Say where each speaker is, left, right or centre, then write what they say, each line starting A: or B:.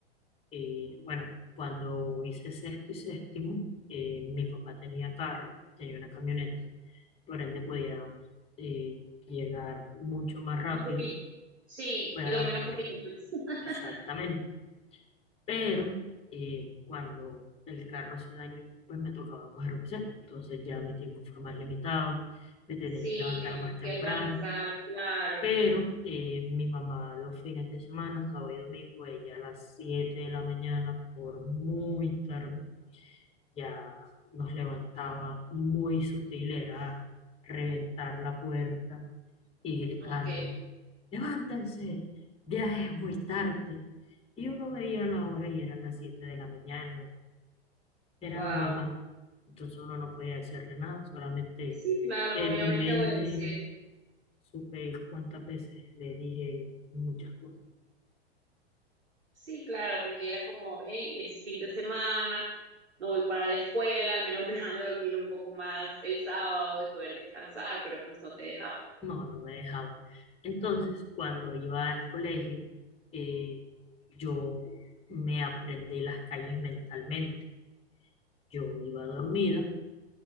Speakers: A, on the left; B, on the right.
A: Eh, bueno, cuando hice sexto y séptimo, eh, mi papá tenía carro, tenía una camioneta, por ende podía eh, llegar mucho más rápido
B: un poquito, sí,
A: voy
B: y
A: a levantarme
B: dormir un poquito más. <laughs>
A: exactamente. Pero eh, cuando el carro se dañó, pues me tocaba coger buseta. Entonces ya mi tiempo fue más limitado, me tenía
B: Sí,
A: que levantar
B: tenían
A: más temprano.
B: que organizar, claro.
A: Pero eh, mi mamá los fines de semana, sábado y domingo, ella a las 7 de la mañana, por muy tarde, ya nos levantaba muy sutil, era reventar la puerta y gritarnos,
B: Ok,
A: levántense, ya es muy tarde. Y uno veía la hora y eran las 7 de la mañana, era
B: wow.
A: la mamá. Entonces uno no podía hacerle nada, solamente
B: Sí, claro,
A: en
B: obviamente
A: mi mente
B: obedecer.
A: supe cuántas veces le dije muchas cosas.
B: Sí, claro, porque era como, hey, es fin de semana, no voy para la escuela, al menos <laughs> déjame dormir un poco más el sábado y poder descansar, pero pues no te dejaba.
A: No, no me dejaba. Entonces, cuando iba al colegio, eh, yo me aprendí las calles mentalmente. Yo iba dormida